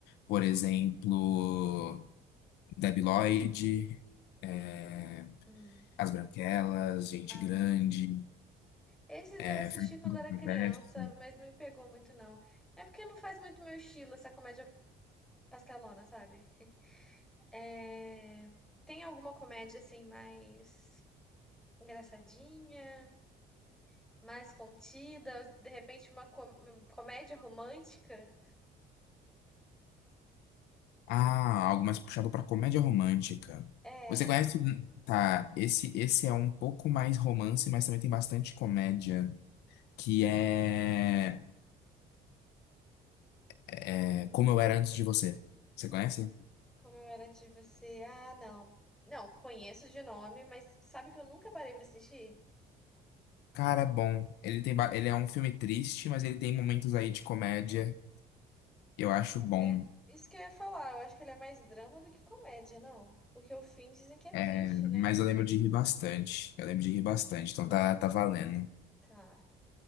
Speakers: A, on the left (about 80°); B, in the centre.
A: Por exemplo, Debi Lloyd, é,
B: Hum.
A: As Branquelas, Gente
B: Ah.
A: Grande,
B: Esses
A: é,
B: eu assisti
A: Frank
B: quando era
A: Converse.
B: criança, mas não me pegou muito, não. É porque não faz muito meu estilo essa comédia pastelona, sabe? <laughs> É... Tem alguma comédia assim mais engraçadinha? mais contida, de repente uma com- comédia romântica.
A: Ah, algo mais puxado pra comédia romântica.
B: É,
A: Você conhece? Tá, esse, esse é um pouco mais romance, mas também tem bastante comédia. Que é, é Como Eu Era Antes de Você. Você conhece?
B: como eu era de você. Ah, não. Não, conheço de nome, mas sabe que eu nunca parei pra assistir?
A: Cara, é bom. Ele tem, ba- ele é um filme triste, mas ele tem momentos aí de comédia. Eu acho bom.
B: É, isso que eu ia falar. Eu acho que ele é mais drama do que comédia, não. Porque o fim dizem que é triste,
A: É,
B: né?
A: mas eu lembro de rir bastante. Eu lembro de rir bastante, então tá, tá valendo.
B: Tá.